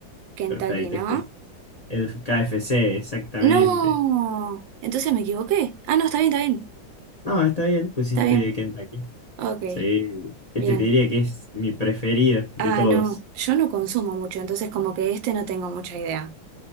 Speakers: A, on the right; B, on the left.
A: Kentucky,
B: perfecto.
A: ¿no?
B: Este El KFC, exactamente.
A: No, entonces me equivoqué. Ah, no, está bien, está bien,
B: No, está bien, pusiste
A: está bien.
B: Kentucky.
A: Ok,
B: Sí, este
A: bien.
B: te diría que es mi preferido de
A: Ah,
B: todos.
A: no, yo no consumo mucho, entonces como que este no tengo mucha idea.